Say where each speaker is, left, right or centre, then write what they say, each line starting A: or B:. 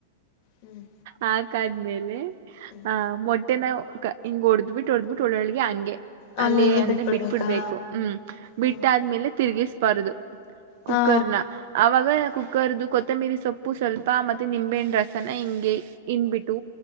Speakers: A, on the left; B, on the right.
A: ಹ್ಮ್
B: ಹಾಕಾದ್ಮೇಲೆ
A: ಹ್ಮ್
B: ಆ ಮೊಟ್ಟೆನ ಹಿಂಗ್ ಹೊಡ್ದ್ ಬಿಟ್ಟು ಹೊಡ್ದ್ಬಿಟ್ಟು ಒಳ್ಳೊಳ್ಗೆ ಹಂಗೆ
A: ಹಂಗಂಗೆ
B: ಅಲ್ಲೇ ಅಂದ್ರೆ
A: ಬಿಟ್ಬಿಡ್ಬೇಕಾ
B: ಬಿಟ್ಬಿಡ್ಬೇಕು ಹ್ಮ್ ಬಿಟ್ಟಾದ್ಮೇಲೆ
A: ಹಾ
B: ತಿರ್ಗಿಸ್ಬಾರದು ಕುಕ್ಕರ್
A: ಹಾ
B: ನ ಅವಾಗ ಕುಕ್ಕರ್ದು ಕೊತ್ತಂಬಿರಿ ಸೊಪ್ಪು ಸ್ವಲ್ಪ ಮತ್ತೆ ನಿಂಬೆಣ್ಣ ರಸನ ಹಿಂಗೆ ಇಂಡಬಿಟ್ಟು